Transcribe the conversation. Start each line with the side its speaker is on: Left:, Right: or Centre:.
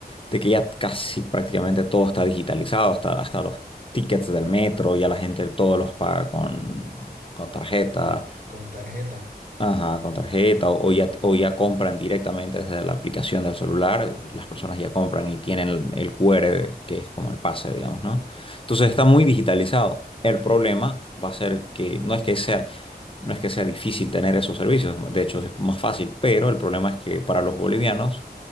Left: de que ya casi prácticamente todo está digitalizado, hasta, hasta los tickets del metro, ya la gente todos los paga con, con tarjeta,
Right: con, con tarjeta.
Left: ajá, con tarjeta, o, o ya, o ya compran directamente desde la aplicación del celular, las personas ya compran y tienen el, el QR, que es como el pase, digamos, ¿no? Entonces está muy digitalizado. El problema va a ser que no es que sea no es que sea difícil tener esos servicios, de hecho es más fácil, pero el problema es que para los bolivianos